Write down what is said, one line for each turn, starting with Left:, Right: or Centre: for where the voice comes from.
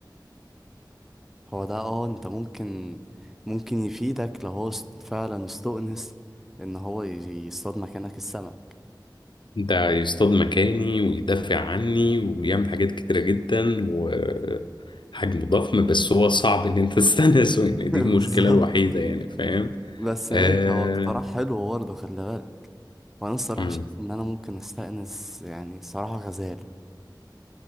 Centre: هو ده اه أنت ممكن ممكن يفيدك لو هو است- فعلا استؤنس إن هو ي- يصطاد مكانك السمك
Left: ده يصطاد مكاني ويدافع عني وبيعمل حاجات كتيرة جدا وحجمه ضخم بس هو صعب ان انت <laughs> تستنسه يعني دي
Centre: <laughs> بالظبط
Left: المشكلة الوحيدة يعني فاهم
Centre: بس
Left: آه...
Centre: ماشي هو اقتراح حلو برضه خلي بالك وأنا الصراحة
Left: مم.
Centre: شايف إن أنا ممكن أستأنس يعني الصراحة غزال